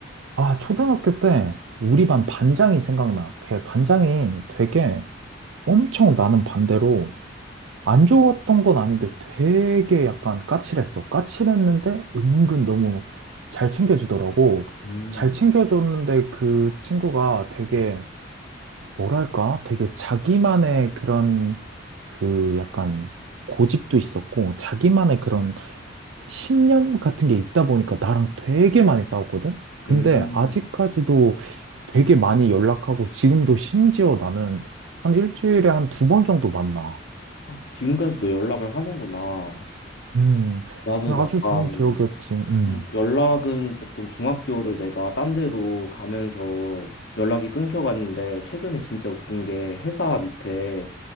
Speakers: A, on the right; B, on the left.
A: 아, 초등학교 때 우리 반 반장이 생각나. 걔 반장이 되게 엄청 나는 반대로 안 좋았던 건 아닌데 되게 약간 까칠했어. 까칠했는데 은근 너무 잘 챙겨주더라고.
B: 음,
A: 잘 챙겨줬는데 그 친구가 되게 뭐랄까? 되게 자기만의 그런 그 약간 고집도 있었고 자기만의 그런 신념 같은 게 있다 보니까 나랑 되게 많이 싸웠거든? 근데
B: 음.
A: 아직까지도 되게 많이 연락하고 지금도 심지어 나는 한 일주일에 한 두 번 정도 만나.
B: 지금까지도 연락을 하는구나.
A: 음,
B: 나는
A: 그냥
B: 약간
A: 아주 좋은 기억이었지. 음,
B: 음, 연락은 조금 중학교를 내가 딴 데로 가면서 연락이 끊겨갔는데 최근에 진짜 웃긴 게 회사 밑에